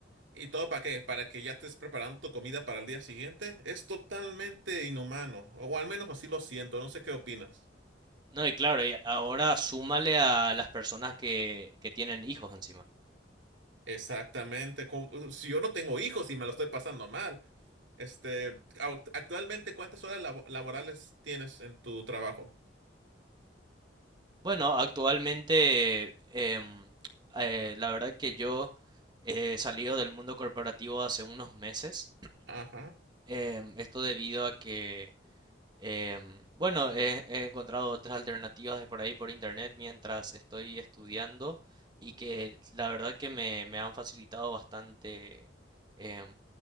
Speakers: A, on the right (about 85°); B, on the right (about 25°).
A: ¿Y todo para qué? ¿Para que ya estés preparando tu comida para el día siguiente? Es totalmente inhumano, o al menos así lo siento, no sé qué opinas.
B: No, y claro, y ahora súmale a las personas que, que tienen hijos encima.
A: Exactamente, como- si yo no tengo hijos y me lo estoy pasando mal. Este, au- actualmente, ¿cuántas horas labo- laborales tienes en tu trabajo?
B: Bueno, actualmente em, eh, la verdad que yo eh, he salido del mundo corporativo hace unos meses.
A: Ajá.
B: Em, esto debido a que Em, bueno, he, he encontrado otras alternativas de por ahí por internet mientras estoy estudiando y que la verdad que me, me han facilitado bastante. em,